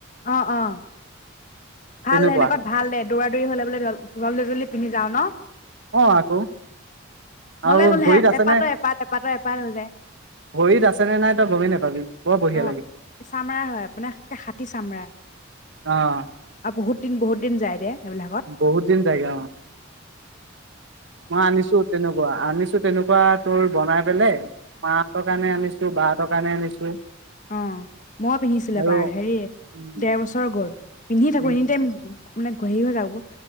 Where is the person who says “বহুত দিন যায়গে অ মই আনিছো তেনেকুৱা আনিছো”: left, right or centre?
Right